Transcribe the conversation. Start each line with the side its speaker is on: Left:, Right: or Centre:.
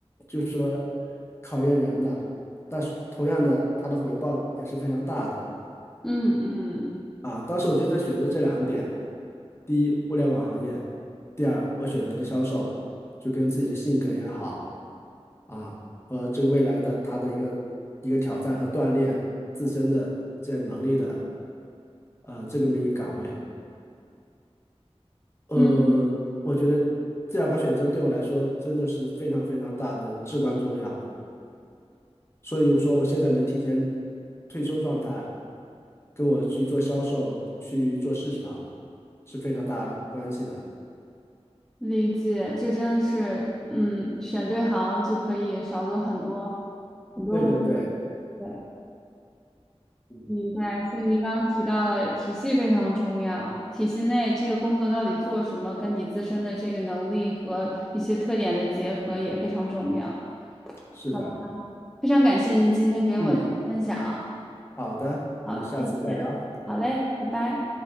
Left: 就是说考验人的，但是同样的，它的回报也是非常大的。
Centre: 嗯嗯
Left: 啊，当时我就在选择这两点：第一，互联网行业；第二，我选择的销售，就跟自己的性格也好啊，和这个未来的他的一个一个挑战和锻炼自身的这样能力的，呃，这个么一个岗位。呃，
Centre: 嗯，
Left: 我觉得这两个选择对我来说真的是非常非常大的至关重要。所以说我现在能提前退休状态，跟我去做销售、去做市场是非常大关系的。
Centre: 理解，这真的是，嗯，选对行就可以少走很多很多很多的对，
Left: 对对对，嗯，
Centre: 明白。所以您刚刚提到了体系非常重要，体系内这个工作到底做什么，跟你自身的这个能力和一些特点的结合也非常重要。
Left: 是的，
Centre: 好吧，非常感谢您今天给我的分享。
Left: 嗯，好的，我们下次再聊。
Centre: 好，谢谢。好嘞，拜拜。